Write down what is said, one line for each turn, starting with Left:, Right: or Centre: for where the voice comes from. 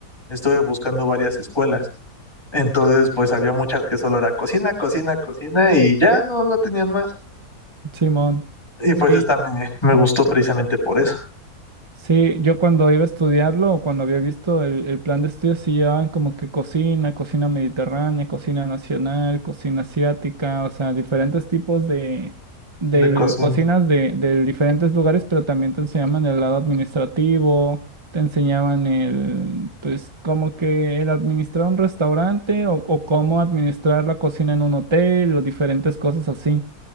Left: estuve buscando varias escuelas, entonces pues había muchas que solo era cocina, cocina, cocina y ya no, no tenían más.
Right: Simón.
Left: Y pues
Right: Sí.
Left: esta me, me gustó precisamente por eso,
Right: Sí, yo cuando iba a estudiarlo o cuando había visto el, el plan de estudios, sí llevaban como que cocina, cocina mediterránea, cocina nacional, cocina asiática, o sea, diferentes tipos de, del-
Left: de cocina.
Right: cocinas de, de diferentes lugares, pero también te enseñaban el lado administrativo, te enseñaban el, pues, como que el administrar un restaurante o, o cómo administrar la cocina en un hotel o diferentes cosas así.